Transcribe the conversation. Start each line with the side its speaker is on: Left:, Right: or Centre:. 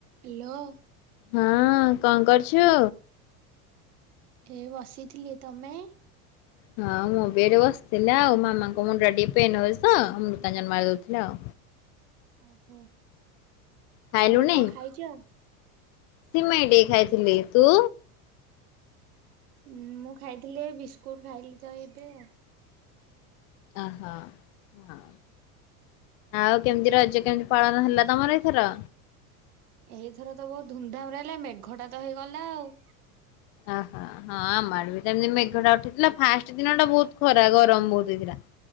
Right: Hello.
Left: ହଁ କଅଁ କରୁଛୁ?
Right: ଏ ବସିଥିଲି ତମେ?
Left: ହଁ ମୁଁ ବି ଏଠି ବସିଥିଲି ଆଉ ମାମାଙ୍କ ମୁଣ୍ଡା ଟିକେ ପେନ୍ ହଉଛି ତ ଅମୃତାଞ୍ଜନ ମାରି ଦଉଥିଲି ଆଉ।
Right: ଓହୋ
Left: ଖାଇଲୁଣି
Right: ଆଉ କଅଁ ଖାଇଛ?
Left: ସିମେଇ ଟିକେ ଖାଇଥିଲି। ତୁ?
Right: ଉ ମୁଁ ଖାଇଥିଲି ଏ ବିସ୍କୁଟ ଖାଇଲି ତ ଏବେ ଆଉ।
Left: ଆ ହ ହଁ। ଆଉ କେମିତି ରଜ କେମିତି ପାଳନ ହେଲା ତମର ଏଥର?
Right: ଏଇଥର ତ ବହୁତ ଧୁମଧାମରେ ହେଲା ମେଘଟା ତ ହେଇଗଲା ଆଉ।
Left: ଆ ହା। ହଁ ଆମର ବି ତ ଏମିତି ମେଘଟା ଉଠେଇଥିଲା ଫାଷ୍ଟ ଦିନ ଟା ବହୁତ ଖରା ଗରମ ବହୁତ ହେଇଥିଲା।